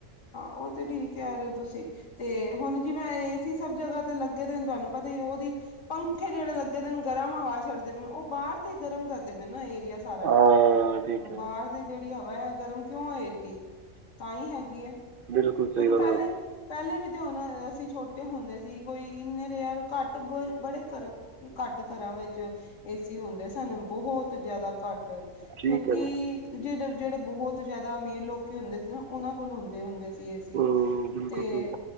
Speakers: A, on the left; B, on the right.
A: ਹਾਂ, ਉਹ ਤੇ ਠੀਕ ਕਹਿ ਰਹੇ ਹੋ, ਤੁਸੀਂ ਤੇ ਹੁਣ ਜਿਵੇਂ ਏ ਸੀ ਸਭ ਜਗ੍ਹਾ ਤੇ ਲੱਗੇ ਦੇ ਨ, ਤੁਹਾਨੂੰ ਪਤਾ ਹੀ ਉਹਦੀ ਪਿੱਖੇ ਜਿਹੜੇ ਲੱਗੇ ਦੇ ਨ, ਔ ਗਰਮ ਹਵਾ ਛੱਡਦੇ ਪਏ ਨ, ਔ ਬਾਹਰ ਤੇ ਗਰਮ ਕਰਦੇ ਪਏ ਨਾ, ਇਹ ਵਦੀਆਂ ਸਾਰਾ
B: ਹਾਂ ਠੀਕ ਹੈ
A: ਬਾਹਰ ਦੀ ਜਿਹੜੀ ਹਵਾ ਹੈ ਗਰਮ ਕਿਉਂ ਹੋਏ ਏਡੀ, ਤਾਂ ਹੀ ਹੈਗੀ ਹੈ ਕਿਉਂਕਿ
B: ਬਿਲਕੁਲ ਸਹੀ ਗੱਲ
A: ਪਹਿਲੇ
B: ਹੈ
A: ਪਹਿਲੇ ਵੀ ਹੁਣ ਅਸੀਂ ਛੋਟੇ ਹੁੰਦੇ ਸੀ, ਕੋਈ ਇੰਨੇ ਰੇਅਰ ਘੱਟ ਬ ਬੜੇ ਘਰ ਘੱਟ ਘਰਾਂ ਵਿੱਚ ਏ ਸੀ ਹੁੰਦੇ ਸਨ, ਬਹੁਤ ਜਿਆਦਾ ਘੱਟ
B: ਠੀਕ
A: ਕਿਉਂਕਿ
B: ਹੈ ਜੀ
A: ਜੇ ਜਿਹੜੇ ਬਹੁਤ ਜਿਆਦਾ ਅਮੀਰ ਲੋਕ ਹੁੰਦੇ ਸੀ ਨਾ, ਉਹਨਾਂ ਕੋਲ ਹੁੰਦੇ ਹੁੰਦੇ ਏ ਸੀ,
B: ਹੂੰ ਬਿਲਕੁਲ
A: ਤੇ
B: ਸਹੀ